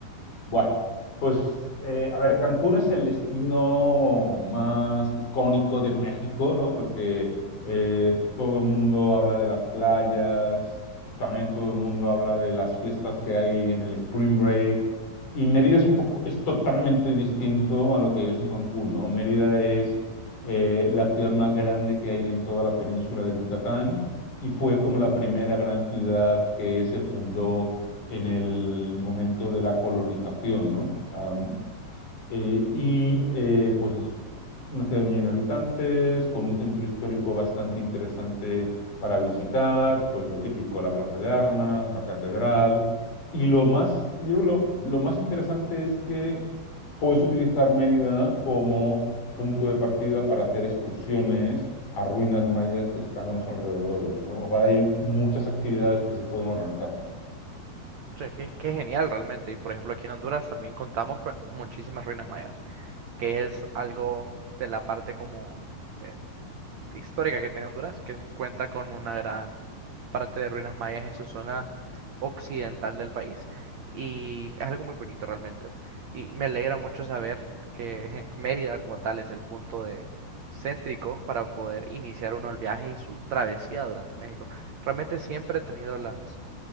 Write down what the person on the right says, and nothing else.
Che, qué, qué genial realmente. Y por ejemplo, aquí en Honduras también contamos con muchísimas ruinas mayas. que es algo de la parte como eh, histórica que tiene Honduras, que cuenta con una gran parte de ruinas mayas en su zona occidental del país y es algo muy bonito realmente. Y me alegra mucho saber que eh, Mérida como tal es el punto de céntrico para poder iniciar uno el viaje y su travesía durante México. Realmente siempre he tenido las